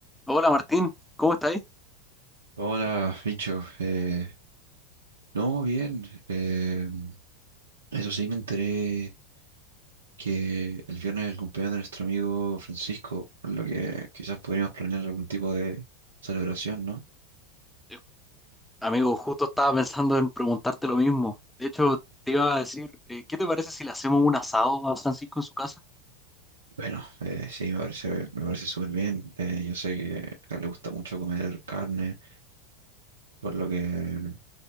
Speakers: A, in the centre; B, on the right.
A: Hola Martín, ¿cómo estás,
B: Hola, bicho. Eh, no, bien. eh, eso sí, me enteré que el viernes es el cumpleaños de nuestro amigo Francisco, por lo que quizás podríamos planear algún tipo de celebración, ¿no?
A: Eh, Amigo, justo estaba pensando en preguntarte lo mismo. De hecho, te iba a decir, eh, ¿qué te parece si le hacemos un asado a Francisco en su casa?
B: Bueno, eh, sí, me parece, me parece súper bien. Eh, yo sé que a él le gusta mucho comer carne, por lo que